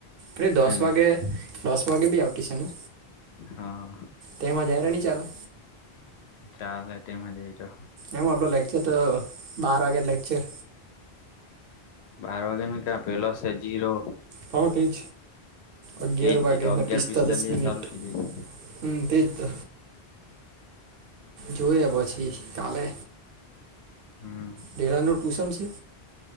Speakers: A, on the right; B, on the left.
A: અરે દસ
B: હેને
A: વાગે દસ વાગે બી આવતી છે, ને
B: હા
A: તેમાં જાય નહીં ચાલે.
B: ચાર ને તેમાં જાયતો,
A: એમ આપડો લેક્ચર તો બાર વાગ્યા લેક્ચર.
B: બાર વાગેનું ક્યાં પેલો છે જીરો
A: હા તેજ અગિયાર
B: તેજ
A: વાગેને
B: તો અગિયાર
A: પિસ્તાલીસ મિનિટ.
B: ચાલુ થઇ જાય
A: હું તેજ તો જોય પછી કાલે.
B: હમ્મ
A: કેરાનું ટ્યુશન છે.